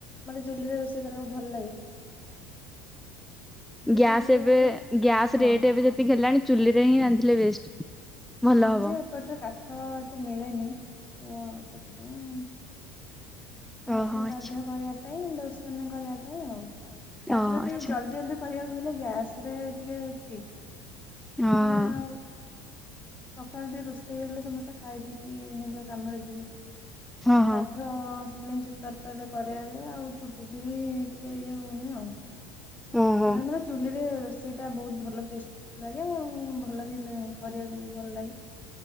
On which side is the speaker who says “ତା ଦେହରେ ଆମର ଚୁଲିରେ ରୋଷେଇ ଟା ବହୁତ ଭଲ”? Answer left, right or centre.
Left